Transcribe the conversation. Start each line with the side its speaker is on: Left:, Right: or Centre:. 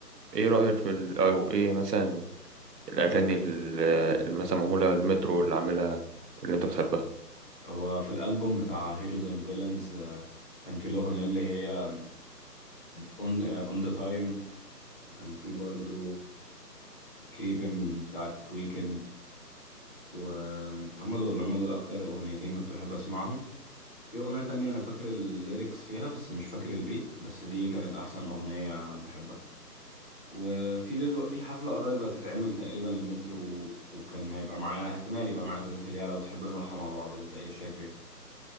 Right: إيه رأيك في ال أو إيه مثلا الأغاني ال- آه، اللي مثلا معمولة المترو اللي عاملها اللي أنت بتحبها
Left: هو في الالبوم بتاع هيروز اند فيلنز كان في الاغنية اللي هي اون اون ذا تايم وكان في برضه كريبن بتاعت ويكند وهم دول هم دول اكتر اغنيتين كنت بحب اسمعهم في اغنية تانية انا فاكر الليركس فيها بس مش فاكر البيت بس دي كانت احسن اغنية بحبها وفي دلو... في حفلة قريبة هتتعمل تقريبا لمترو و... وكان هيبقى معايا احتمال يبقى معايا تذاكر ليها لو تحب نروحها مع بعض انت ايه شايف ايه